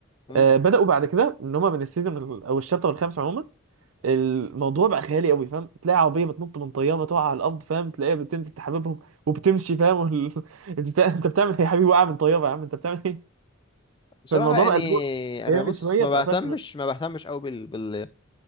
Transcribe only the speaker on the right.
آه بداوا بعد كده ان هم من السيزون ال- او الشابتر الخامس عموما الموضوع بقى خيالي قوي فاهم تلاقي عربيه بتنط من طياره تقع على الارض فاهم تلاقيها بتنزل تحببهم وبتمشي فاهم وال... <laughs> انت بتاع... انت بتعمل ايه يا حبيبي وقع من طياره يا عم انت بتعمل ايه
فالموضوع
بقى اللي هو
خيالي
شويه
فقفلت
منه